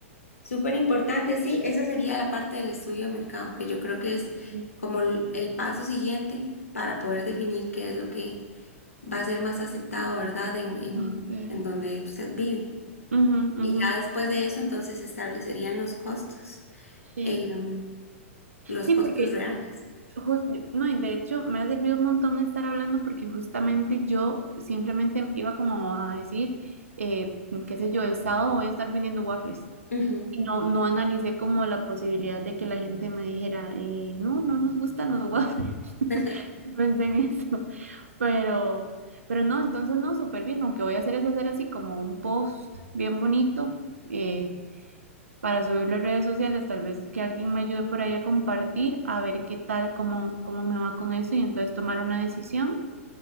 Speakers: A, on the left; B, on the right.
A: Súper importante, sí, esa sería la parte del estudio de mercado, que yo creo que es
B: Ujú.
A: como el, el paso siguiente para poder definir qué es lo que va a ser más aceptado, ¿verdad? En, en,
B: Ok.
A: en donde usted vive.
B: Ujú,
A: Y
B: ujú,
A: ya después de eso, entonces se establecerían los costos,
B: Sí.
A: em, los
B: Sí,
A: costos
B: porque
A: reales.
B: jus- no, y de hecho me ha servido un montón estar hablando porque justamente yo simplemente iba como a decir, eh, qué sé yo, el sábado voy a estar vendiendo waffles.
A: Ujú.
B: Y no, no analicé como la posibilidad de que la gente me dijera, eh, no, no nos gustan los waffles. <laughs>
A: <laughs>
B: Yo Pensé en eso. Pero, pero no, entonces no, súper bien. Lo que voy a hacer es hacer así como un post bien bonito eh, para subirlo a redes sociales. Tal vez es que alguien me ayude por ahí a compartir, a ver qué tal, cómo, cómo me va con eso y entonces tomar una decisión